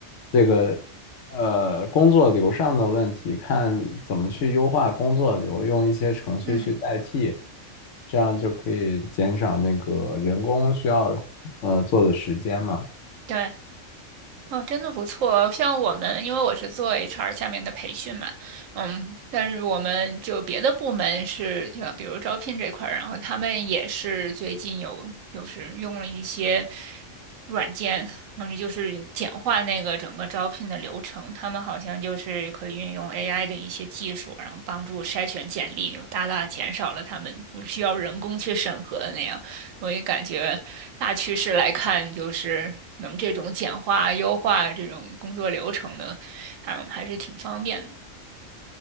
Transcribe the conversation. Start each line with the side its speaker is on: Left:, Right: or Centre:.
Left: 这个呃工作流上的问题，看怎么去优化工作流，用一些程序去代替，
Right: 嗯，
Left: 这样就可以减少那个人工需要呃做的时间嘛。
Right: 对，哦，真的不错。像我们，因为我是做 HR 下面的培训嘛，嗯，但是我们就别的部门是，就比如招聘这块儿，然后他们也是最近有，就是用了一些软件，他们就是简化那个整个招聘的流程。他们好像就是可以运用 AI 的一些技术，然后帮助筛选简历，就大大减少了他们需要人工去审核的那样。我也感觉大趋势来看，就是能这种简化、优化这种工作流程的，还还是挺方便的。